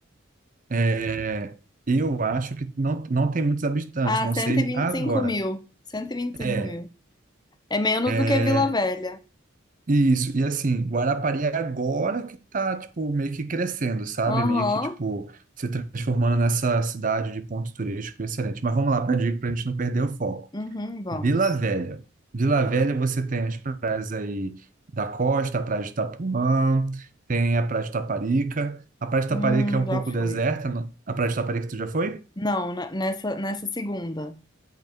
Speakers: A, on the right; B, on the left.
A: é, eu acho que não, não tem muitos habitantes,
B: Ah,
A: não
B: cento
A: sei
B: e e vinte
A: agora.
B: e cinco mil. cento e e vinte e
A: É,
B: cinco mil. É menos do que
A: é,
B: Vila Velha.
A: Isso, e assim, Guarapari é agora que tá, tipo, meio que crescendo, sabe?
B: Aham.
A: Meio que, tipo, se transformando nessa cidade de ponto turístico excelente. Mas vamos lá para a dica, para a gente não perder o foco.
B: Uhum, vamos.
A: Vila Velha. Vila Velha você tem as praias aí da Costa, a Praia de Itapuã, tem a Praia de Taparica. A Praia de Taparica
B: Hum,
A: é um
B: já
A: pouco
B: fui.
A: deserta. não- A Praia de Taparica tu já foi?
B: Não, ne- nessa, nessa segunda.